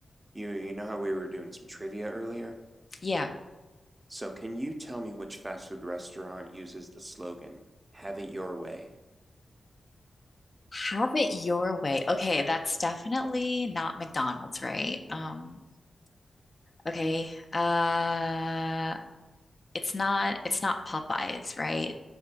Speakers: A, on the right; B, on the left.
A: you you know how we were doing some trivia earlier?
B: Yeah.
A: So, can you tell me which fast food restaurant uses the slogan, "Have it your way"?
B: Have it your way. Okay, that's definitely not McDonald's, right? Um, okay. Uh, it's not it's not Popeyes, right?